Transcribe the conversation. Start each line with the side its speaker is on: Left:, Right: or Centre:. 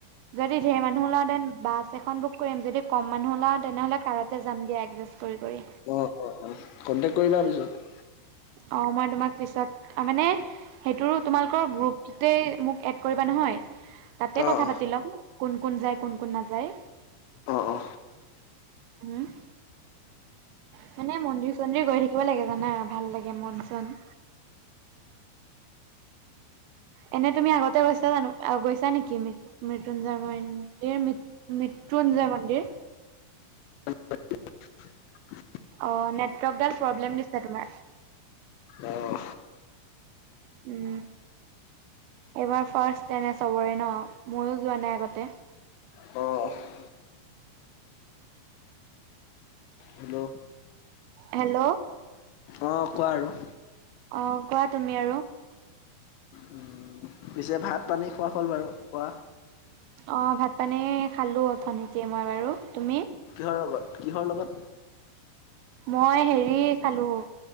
Right: যদি ধেৰ মানুহ উলাও দেন বাছ এখন বুক কৰিম, যদি কম মানুহ উলাওঁ তেনেহ'লে কাৰতে যাম দিয়া এডজাষ্ট কৰি কৰি।
Left: অ', অ', অ', কণ্টেক্ট কৰিবা পিছত।
Right: অ', মই তোমাক পিছত মানে সেইটোৰো তোমালোকৰ গ্ৰুপতোতেই মোক এড কৰিবা নহয় তাতে কথা
Left: অ',
Right: পাতি ল'ম, কোন কোন যায় কোন কোন নাযায়।
Left: অ', অ'।
Right: উম মানে মন্দিৰ-চন্দিৰ গৈ থাকিব লাগে জানা, ভাল লাগে মন-চন। এনে তুমি আগতে গৈছা জানো, আহ, গৈছা নেকি মৃত্যঞ্জয় ম উম, এই মৃ মৃত্যৃঞ্জয় মন্দিৰ?
Left: <inaudible>
Right: অ', নেটৱৰ্কডাল প্ৰব্লেম দিছে তোমাৰ।
Left: অ',
Right: <inaudible> উম। এইবাৰ ফাৰ্ষ্ট এনে চবৰে ন', ময়ো যোৱা নাই আগতে।
Left: অ'। হেল্ল'
Right: হেল্ল'
Left: অ', কোৱা আৰু।
Right: অ', কোৱা তুমি আৰু।
Left: উম, পিছে ভাত পানী খোৱা হ'ল বাৰু, খোৱা।
Right: অ', ভাত পানী খালো, অথনিতে মই বাৰু,
Left: অ',
Right: তুমি?
Left: কিহৰ লগত কিহৰ লগত
Right: মই হেৰি খালো